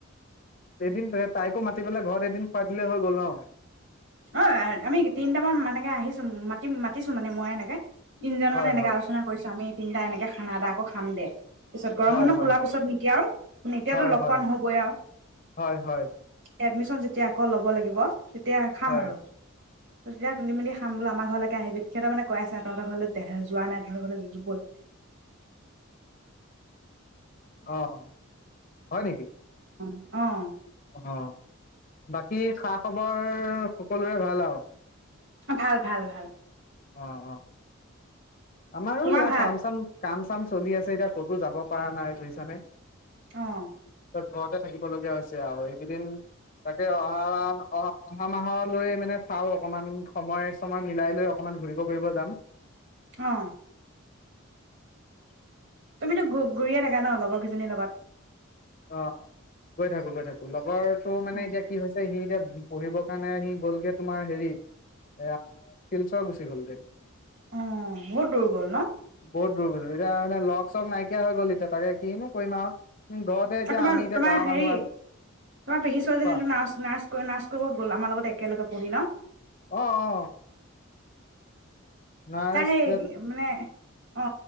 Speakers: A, on the left (about 45°); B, on the right (about 60°).
A: এদিন তাইকো মাতি পেলাই ঘৰত এদিন খুৱাই দিলে হৈ গ'ল ন।
B: অ' আমি তিনিটামান মানকে আহিছো মাতি মাতিছো মানে মই এনেকে। তিনজন
A: হয়
B: মানে এনেকে
A: হয়
B: আলোচনা কৰিছো আমি তিনিটা এনেকে খানা এটা আকো খাম দে। পিছত গৰম
A: হয়
B: মানহ
A: হয়
B: খোলা পিছত নেকি আৰু মে এতিয়াতো
A: হয়
B: লগ
A: হয়
B: পোৱা নহবই আৰু
A: হয় হয়
B: <unintelligible> মিছন যেতিয়া আকৌ ল'ব লাগিব তেতিয়া। খাম
A: হয়
B: আৰু। তেতিয়া তুলি মিলি খাম বুলো আমৰ ঘৰলৈকে আহিবি সিহঁতৰ মানে কৰা আছে তহঁতৰ ঘৰলৈ দেহ যোৱা নাই তহঁতৰ ঘৰলৈ <unintelligible>
A: অ' হয় নেকি?
B: <unintelligible> অ'।
A: হ বাকী খা খবৰ সকলোৰে ভাল আৰু।
B: ভাল ভাল ভাল।
A: অ', অ'। আমাৰো
B: তোমাৰ
A: ইয়াৰ
B: ভাল
A: কাম চাম কাম চাম চলি আছে এতিয়া ক'তো যাব পাৰা নাই বুজিছানে।
B: অ'।
A: <unintelligible> ঘৰতে থাকিব লগীয়া হৈছে আৰু এইকেইদিন তাকে অহা অ' অহা মাহলৈ মানে চাও অকমান সময় চময় মিলাই লৈ অকনমান ঘুৰিব কৰিব যাম।
B: অ'।
A: <inaudible>
B: তুমিতো ঘু ঘূৰিয়ে থাকা ন লগৰকেইজনীৰ লগত।
A: অ' গৈ থাকো গৈ থাকো। উ লগৰ তো মানে
B: অ
A: এতিয়া কি হৈছে সি এতিয়া পঢ়িবৰ কাৰণে আহি গ'লগে তোমাৰ হেৰিত এ শিলচৰ গুচি গ'লগৈ
B: অ বহত দূৰ গ'ল ন
A: বহুত দূৰ এতিয়া মানে লগ চ নাইকিয়া হৈ গ'ল এতিয়া তাকে কিনো কৰিম আৰু ঘৰতে এতিয়া
B: আৰু তোমাৰ
A: আমি এতিয়া
B: তোমাৰ
A: গাঁৱৰ
B: হেৰি
A: মানুহ আমি
B: তোমাৰ পেহী ছোৱালীজনী
A: কোৱা
B: নাৰছ নাৰছ নাৰছ কৰিব গ'ল আমাৰ লগত একেলগে পঢ়ি ন
A: আহ অ নাৰ্ছ
B: তাহেই মানে অ